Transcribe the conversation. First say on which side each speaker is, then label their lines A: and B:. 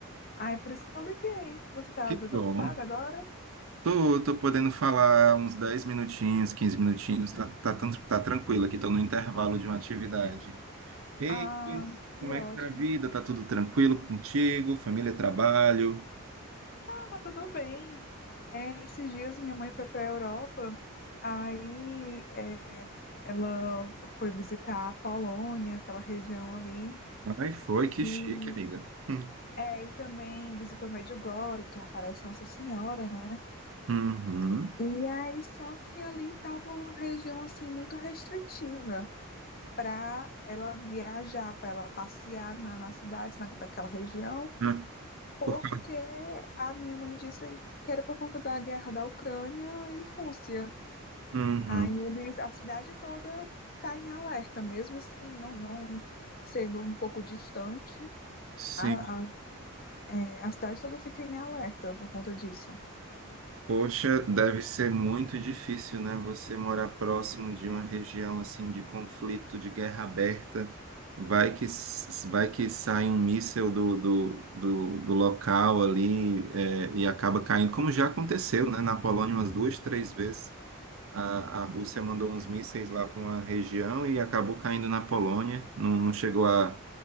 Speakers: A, on the left (about 40°); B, on the right (about 70°).
A: Ai, por isso que eu liguei. Você tá
B: Que
A: desocupada
B: bom.
A: agora?
B: Tô, tô podendo falar uns 10 minutinhos, 15 minutinhos. Tá, tá, tran- tá tranquilo aqui, tô no intervalo de uma atividade. E
A: Ah, que
B: como é
A: ótimo.
B: que tá a vida? Tá tudo tranquilo contigo? Família, trabalho?
A: Ah, tá tudo bem. É, esses dias minha mãe foi para a Europa, aí é, ela foi visitar a Polônia, aquela região ali.
B: Ai, foi, que
A: E,
B: chique, amiga. Hum.
A: é, e também visitou Medjugorje, que aparece Nossa Senhora, né?
B: Uhum.
A: E aí, só que ali estava uma região assim muito restritiva para ela viajar, para ela passear na, na cidade, na, daquela região,
B: Ah,
A: porque
B: por-
A: a minha mãe disse que era por conta da guerra da Ucrânia e Rússia.
B: Uhum.
A: Aí eles, a cidade toda está em alerta, mesmo assim, não, não sendo um pouco distante,
B: Sim.
A: a, a, é, a cidade toda fica em alerta por conta disso.
B: Poxa, deve ser muito difícil, né? Você morar próximo de uma região assim de conflito, de guerra aberta. Vai que, s- vai que sai um míssil do, do, do, do local ali, é, e acaba caindo, como já aconteceu, né? Na Polônia umas duas, três vezes. A, a Rússia mandou uns mísseis lá para uma região e acabou caindo na Polônia. Não, não chegou a,